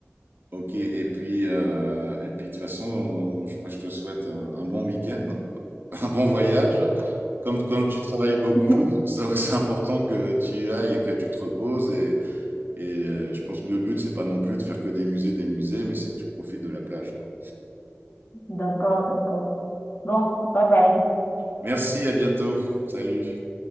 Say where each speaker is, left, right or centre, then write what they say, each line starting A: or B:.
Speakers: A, on the right; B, on the left.
A: Ok, et puis, euh, et puis de toute façon, on- moi je te souhaite un un bon week-end. un bon voyage. Comme, comme tu travailles beaucoup,
B: <laughs>
A: c'est c'est important que tu y ailles et que tu te reposes. Et, et euh, je pense que le but, c'est pas non plus de faire que des musées, des musées, mais c'est que tu profites de la plage, quoi.
B: D'accord, d'accord. Bon, bye bye.
A: Merci, à bientôt. Salut.